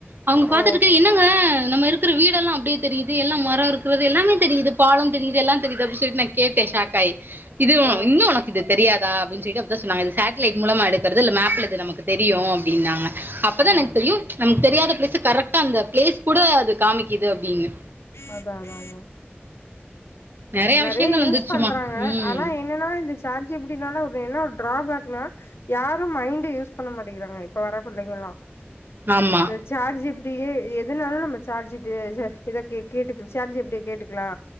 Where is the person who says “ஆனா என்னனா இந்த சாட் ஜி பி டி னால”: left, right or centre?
Left